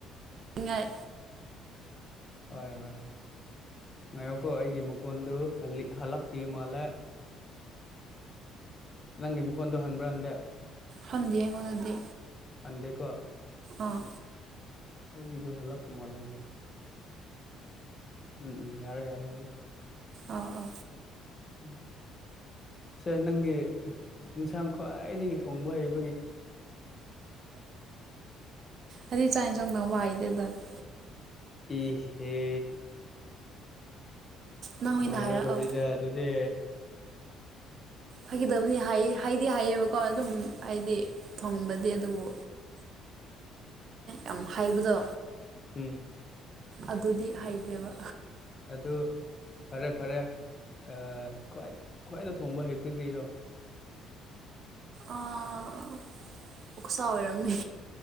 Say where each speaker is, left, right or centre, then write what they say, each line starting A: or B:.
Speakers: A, on the right (about 50°); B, on the left (about 30°).
A: ꯅꯤꯡꯉꯥꯏ
B: ꯍꯣꯏ ꯍꯣꯏ ꯉꯥꯏꯌꯣꯀꯣ ꯑꯩꯒꯤ ꯃꯈꯣꯟꯗꯨ ꯍꯜꯂꯤꯛ ꯍꯜꯂꯛꯇꯤ ꯃꯥꯜꯂꯦ ꯅꯪꯒꯤ ꯃꯈꯣꯟꯗꯣ ꯍꯟꯕ꯭ꯔꯥ ꯍꯟꯗꯦ
A: ꯍꯟꯗꯤꯌꯦ ꯑꯩꯉꯣꯟꯗꯗꯤ
B: ꯍꯟꯗꯦꯀꯣ
A: ꯑꯥ
B: ꯑꯩꯒꯤꯗꯣ ꯍꯜꯂꯛꯄ ꯃꯥꯜꯅꯦ ꯎꯝ ꯎꯝ ꯌꯥꯔꯦ ꯌꯥꯔꯦ ꯍꯧꯖꯤꯛꯇꯤ
A: ꯑꯥ ꯑꯥ
B: ꯎꯝ ꯁꯦ ꯅꯪꯒꯤ ꯏꯟꯁꯥꯡ ꯈ꯭ꯋꯥꯏꯗꯒꯤ ꯊꯣꯡꯕ ꯍꯩ
A: ꯑꯗꯨꯏ ꯆꯥꯛ ꯏꯟꯁꯥꯡ ꯗꯣ ꯃꯥꯏꯗꯦꯗ <unintelligible> <inaudible>
B: ꯏꯍꯦ
A: ꯅꯪ
B: ꯅꯨꯡꯉꯥꯏꯔꯣꯏꯗꯧꯔꯤꯗ
A: ꯑꯣꯏꯅ ꯍꯥꯏꯔꯛꯑꯣ
B: ꯑꯗꯨꯗꯤ
A: ꯐꯒꯤꯗꯕꯅꯤ ꯍꯥꯏꯌꯦ ꯍꯩꯗꯤ ꯍꯩꯌꯦꯕꯀꯣ ꯑꯗꯨꯝ ꯍꯥꯏꯗꯤ ꯊꯣꯡꯕꯗꯤ ꯑꯗꯨꯕꯨ ꯌꯥꯝ ꯍꯪꯕꯗꯣ
B: ꯎꯝ
A: ꯑꯗꯨꯗꯤ ꯍꯩꯇꯦꯕ
B: ꯑꯗꯨ ꯐꯔꯦ ꯐꯔꯦ ꯑꯥ ꯈ꯭ꯋꯥꯏ ꯈ꯭ꯋꯥꯏꯗ ꯊꯣꯡꯕ ꯍꯩꯕꯗꯤ ꯀ꯭ꯔꯤꯔꯣ
A: ꯑꯥ ꯑꯣꯛꯁꯥ ꯑꯣꯏꯔꯝꯅꯤ